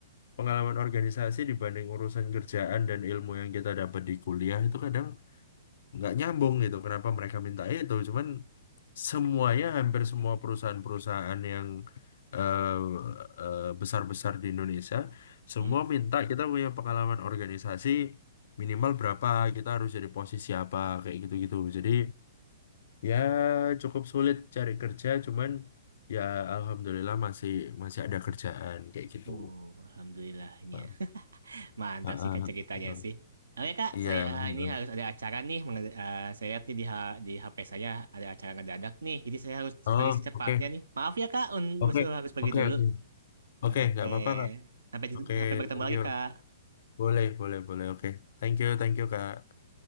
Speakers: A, on the left (about 65°); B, on the right (about 85°).
A: pengalaman organisasi dibanding urusan kerjaan dan ilmu yang kita dapat di kuliah itu kadang nggak nyambung gitu kenapa mereka minta itu cuman semuanya hampir semua perusahaan-perusahaan yang eh, eh, besar-besar di Indonesia semua
B: <laughs>
A: minta kita punya pengalaman organisasi minimal berapa kita harus jadi posisi apa kayak gitu-gitu jadi ya cukup sulit cari kerja cuman ya alhamdulillah masih masih ada kerjaan kayak gitu
B: Oh, alhamdulillahnya.
A: Ah,
B: <laughs> Mantap
A: ah, ah,
B: sih Kak ceritanya
A: ah.
B: sih. Oke Kak,
A: iya
B: saya
A: ah.
B: ini harus ada acara nih. menge- eh, saya lihat nih di, H- di HP saya ada acara ngedadak nih. Jadi saya harus
A: oh
B: pergi secepatnya
A: oke
B: nih. Maaf ya Kak, un-
A: oke
B: harus pergi
A: oke
B: dulu.
A: oke oke
B: Oke.
A: nggak apa-apa Kak.
B: Sampai,
A: Oke,
B: sampai bertemu
A: thank
B: lagi
A: you.
B: Kak.
A: Boleh, boleh, boleh. Oke, Thank you, thank you, Kak.